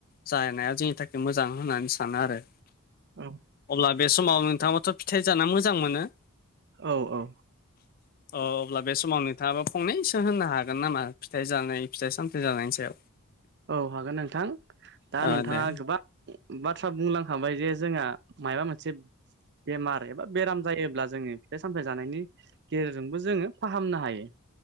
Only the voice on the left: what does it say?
जानाया जोंनि थाखाय मोजां होननानै सानो आरो।
अब्ला बे समाव नोंथाङाथ' फिथाइ जानो मोजां मोनो।
अ अब्ला बे समाव नोंथाङाबा फंनैसो होननो हागोन नामा फिथाइ जानाय फिथाइ साम थाइ जानायनि सायाव।
ओ
दे